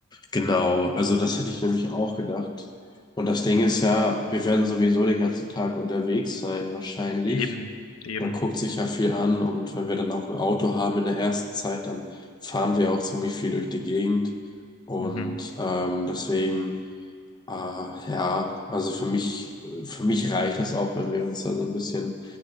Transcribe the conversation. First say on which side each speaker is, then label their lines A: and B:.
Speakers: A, on the left (about 20°); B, on the left (about 75°).
A: genau. Also das hätte ich nämlich auch gedacht. Und das Ding ist ja, wir werden sowieso den ganzen Tag unterwegs sein, wahrscheinlich.
B: Eben, eben.
A: Man guckt sich ja viel an und wenn wir dann auch ein Auto haben in der ersten Zeit, dann fahren wir auch ziemlich viel durch die Gegend. Und
B: Mhm.
A: ähm, deswegen, äh, ja, also für mich, für mich reicht das auch, wenn wir uns da so ein bisschen